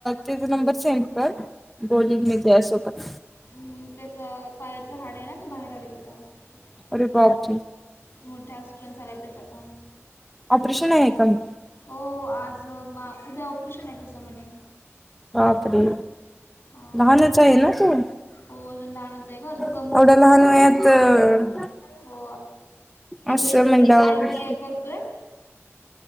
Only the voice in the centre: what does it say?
त्याझ नंबर सेंड कर. बोलीन मी त्यासोबत
अरे बाबजी.
ऑपरेशन आहे का म?
बापरे
लहानच हाय ना तो?
एवढंया लहान वयात-
असं म्हणल्यावर,
<unintelligible>